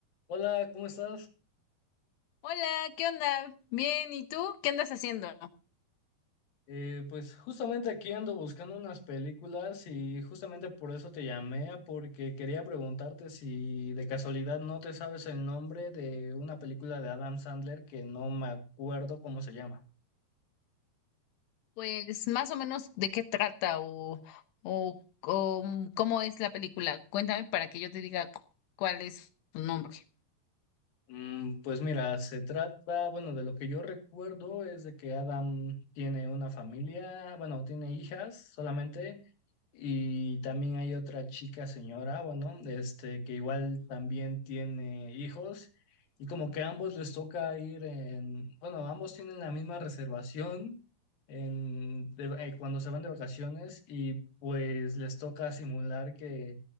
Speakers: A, on the left (about 60°); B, on the left (about 85°).
A: Hola, ¿cómo estás?
B: Hola, ¿qué onda? Bien, ¿y tú? ¿Qué andas haciendo?
A: Eh, pues justamente aquí ando buscando unas películas y justamente por eso te llamé, porque quería preguntarte si de casualidad no te sabes el nombre de una película de Adam Sandler que no me acuerdo cómo se llama.
B: Pues más o menos de qué trata o, o, o, mm, cómo es la película. Cuéntame para que yo te diga cu- cuál es su nombre.
A: Mm, Pues mira, se trata, bueno, de lo que yo recuerdo es de que Adam tiene una familia, bueno, tiene hijas solamente, y también hay otra chica señora, bueno, este, que igual también tiene hijos, y como que a ambos les toca ir en, bueno, ambos tienen la misma reservación en, de- eh, cuando se van de vacaciones, y pues les toca simular que